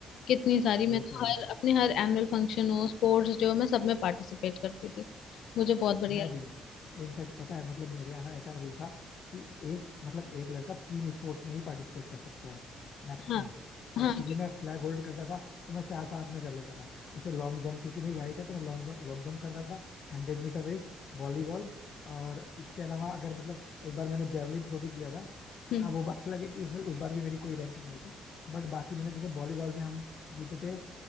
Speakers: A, on the left; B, on the left.
A: कितनी सारी
B: ये
A: मैं तो
B: तो है
A: हर अपने हर एनुअल फंक्शन हो स्पोर्ट्स डे हो मैं सब में पार्टिसिपेट करती थी मुझे बहुत बढ़िया
B: मैं भी इनफैक्ट पता है मतलब मेरे यहाँ ना ऐसा रूल था कि एक मतलब एक लड़का तीन स्पोर्ट्स में ही पार्टिसिपेट कर सकते हो मैक्सिमम
A: लगता। हाँ
B: बट
A: हाँ
B: फिर भी मैं फ्लैग होल्ड करता था तो मैं चार पांच में कर लेता था जैसे लॉन्ग जंप क्योंकि मेरी हाइट है तो मैं लॉन्ग लॉन्ग जंप करता था हंड्रेड मीटर रेस वॉलीबॉल और इसके अलावा अगर मतलब एक बार मैंने जेवलिन थ्रो भी किया था
A: हम्म,
B: हाँ वो बात अलग है कि उसमें उस बार भी मेरी कोई रैंक नहीं आई थी बट बाकी मैंने जैसे वॉलीबॉल में हम जीते थे